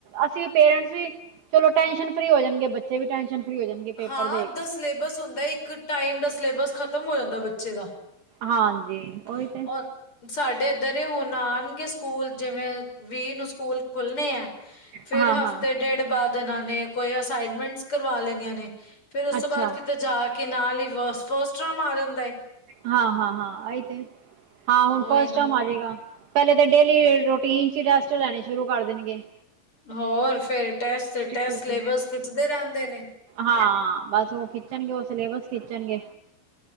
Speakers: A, on the right (about 70°); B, on the left (about 25°).
A: ਅਸੀ ਪੇਰੇਂਟਸ ਵੀ ਚਲੋ ਟੈਨਸ਼ਨ ਫ੍ਰੀ ਹੋ ਜਾਨਗੇ ਬੱਚੇ ਵੀ ਟੈਨਸ਼ਨ ਫਰੀ ਹੋ ਜਾਣਗੇ ਪੇਪਰ
B: ਹਾਂ,
A: ਦੇ
B: ਅੱਧਾ
A: ਕੇ
B: ਸਲੇਬਸ ਹੁੰਦਾ ਇੱਕ ਟਾਈਮ ਦਾ ਸਲੇਬਸ ਖਤਮ ਹੋ ਜਾਂਦਾ ਬੱਚੇ ਦਾ।
A: ਹਾਂਜੀ
B: <unintelligible>
A: ਉਹੀ ਤੇ
B: ਸਾਡੇ ਤੇਰੇ ਹੁਨ ਆਨਗੇ ਸਕੂਲ, ਜਿਵੇਂ ਵੀਹ ਨੂੰ ਸਕੂਲ ਖੁੱਲਨੇ ਐ, ਫੇਰ
A: ਹਾਂ
B: ਹਫ਼ਤੇ
A: ਹਾਂ
B: ਡੇਡ ਬਾਦ ਏਨਾ ਨੇ ਕੋਈ ਅਸਾਈਨਮੈਂਟ ਕਰਵਾ ਲੈਨੀਆਂ ਨੇ, ਫੇਰ ਉਸ
A: ਅੱਛਾ
B: ਤੋ‌ ਬਾਦ ਕਿਤੇ ਜਾ ਕੇ ਨਾਲ ਈ <unintelligible> ਫਸਟ ਟਰਮ ਆ ਜਾਂਦਾ ਏ।
A: ਹਾਂ, ਹਾਂ, ਹਾਂ, ਆਈ ਤੇ ਹਾਂ ਹੁਨ
B: ਉਹੀ
A: ਫਸਟ
B: ਨਾ
A: ਟਰਮ ਆ ਜੇਗਾ। ਪੈਲੇ ਤੇ ਡੇਲੀ ਰੂਟੀਨ ਚ ਟੈਸਟ ਲੈਣੇ ਸ਼ੁਰੂ ਕਾੱਰ ਦੇਨਗੇ।
B: ਹੋਰ ਫੇਰ ਟੈਸਟ, ਟੈਸਟ
A: ਸ਼ੁਰੂ
B: ਸਲੇਬਸ ਖਿੱਚਦੇ ਰੈਂਦੇ ਨੇ।
A: ਹਾਂ ਬਾੱਸ ਓ ਖਿੱਚਨਗੇ ਓ ਸਿਲੇਬਸ ਖਿੱਚਨਗੇ।